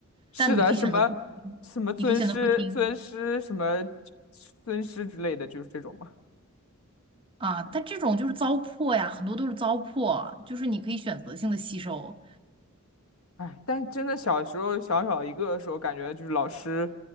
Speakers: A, on the left; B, on the right.
A: 是的，
B: 但你可以选择不听，
A: 什么什么尊师尊师什么
B: 你可以选择不听
A: 尊师之类的，就是这种嘛。
B: 啊。但这种就是糟粕呀，很多都是糟粕，就是你可以选择性的吸收。
A: 哎，但真的小时候小小一个的时候，感觉就是老师，